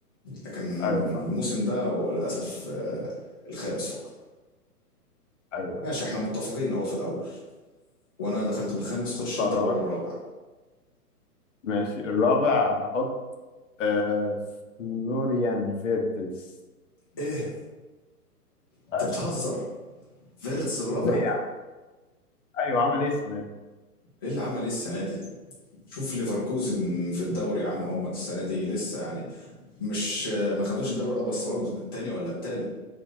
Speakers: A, on the left; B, on the left.
A: لكن
B: ايوه
A: الموسم
B: فاهم
A: ده هو للاسف آه، الخامس فقط
B: ايوه
A: ماشي احنا متفقين اهو في الاول وانا دخلت بالخامس خش
B: الشهر
A: انت
B: الرابع
A: بقى بالرابع
B: ماشي الرابع هحط آه فلوريان فيرتز
A: ايه انت
B: ايوه
A: بتهزر فيرتز الرابع
B: ليه يا عم ايوه عمل ايه السنه دي
A: ايه اللي عمل ايه السنه دي شوف ليفركوزن في الدوري يا عم هم السنه دي لسه يعني مش ما خدوش الدوري اه بس برضه التاني ولا التالت